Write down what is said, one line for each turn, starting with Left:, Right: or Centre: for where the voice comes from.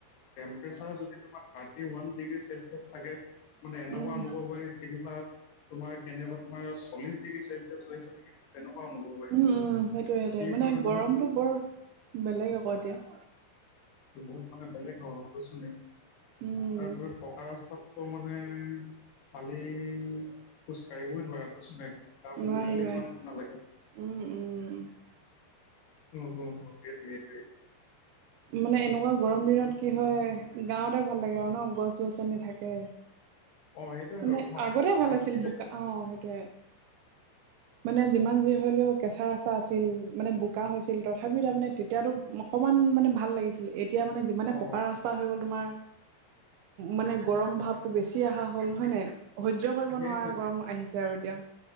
Left: টেম্পাৰেচাৰ যদি তোমাৰ থাৰ্টি ওৱান ডিগ্ৰী চেলচিয়াছ থাকে মানে এনেকুৱা
Right: উম
Left: অনুভৱ হয় কেনিবা তোমাৰ কেনেবা তোমাৰ চল্লিশ ডিগ্ৰী চেলচিয়াচ হৈছে নেকি তেনেকুৱা অনুভৱ হয়
Right: উম উম সেইটোৱে সেইটোৱে
Left: কি
Right: মানে
Left: কাৰণে
Right: গৰমটো
Left: জানো
Right: বৰ বেলেগ আকৌ এতিয়া
Left: বহুত মানে বেলেগ ধৰণৰ কৈছোনে
Right: উম
Left: আৰু তোৰ পকা ৰাস্তাত ত মানে খালী খোজ কঢ়িবই নোৱাৰে কৈছো নাই একদম গাটো
Right: নোৱাৰি
Left: উতলি
Right: নোৱাৰি
Left: যোৱা নিচিনা লাগে
Right: উম উম
Left: উম হুম সেটোৱে সেটোৱে
Right: মানে এনেকুৱা গৰম দিনত কি হয় গাওঁতে ভাল লাগে আৰু ন গছ গছনি থাক কে
Left: অ সেইটোৱেতো
Right: মানে
Left: তোমাৰ
Right: আগতে
Left: ভিতৰত সোমাই
Right: ভাল আছিল
Left: থাকিলে
Right: বোকা অ সেইটোৱে <inaudible> মানে যিমান যি হলেও কেঁচা ৰাস্তা আছিল মানে বোকা হৈছিল তথাপিও তাৰমানে তেতিয়াতো অকণমান মানে ভা ভাল লাগিছিলে এতিয়া মানে যিমানে
Left: অ
Right: পকা ৰাস্তা হৈ গ'ল তোমাৰ মানে গৰম ভাৱতো বেছি আহা হল হয় নাই সহ্য কৰিব
Left: সেইটোৱে
Right: নোৱাৰা গৰম আহিছে এ আৰু এতিয়া